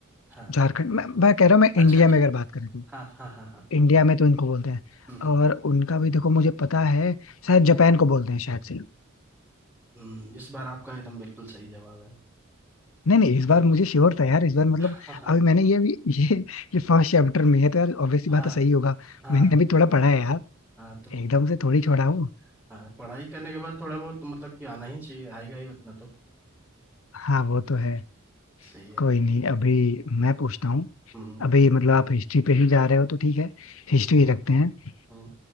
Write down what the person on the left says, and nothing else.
झारखंड मैं, मैं कह रहा हूँ मैं
इंडिया
में अगर बात करें तो
इंडिया में तो इनको बोलते हैं
और उनका भी देखो मुझे पता है शायद जापान को बोलते हैं शायद से
नहीं नहीं इस बार मुझे श्योर था यार इस बार मतलब
अभी मैंने ये अभी <laughs> ये ये फर्स्ट चैप्टर में है तो यार ऑब्वियसली
बात है सही होगा
मैंने
भी थोड़ा पढ़ा है यार
एकदम से थोड़ी छोड़ा हूँ
हाँ वो तो है
कोई नहीं अभी मैं पूछता हूँ
अभी मतलब आप हिस्ट्री पे ही जा रहे हो तो ठीक है
हिस्ट्री ही रखते हैं